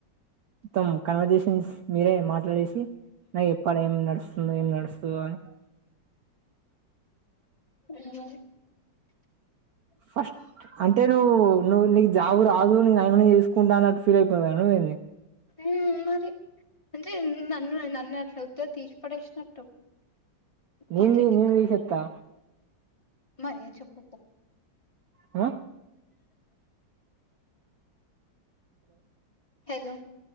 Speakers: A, on the right; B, on the left.
A: మొత్తం కన్వర్జేషన్స్ మీరే మాట్లాడేసి నాకు చెప్పాలే ఏం నడుస్తుంది ఏం నడుస్తలేదో అని
B: ఆ
A: ఫస్ట్ అంటే ను నువ్ నీకు జాబ్ రాదు నేను ఆమెనే చేసుకుంటానున్నటు ఫీల్ అయిపోయినవా నువ్ ఏంది
B: ఉమ్ మరి అంటే నన్ను నన్ను అట్ల ఉత్తగ తీసి పడేసినట్టు
A: నిన్
B: బకెట్
A: నేన్ దీసేస్తా
B: మరి చెప్పుకో
A: ఆ
B: హలో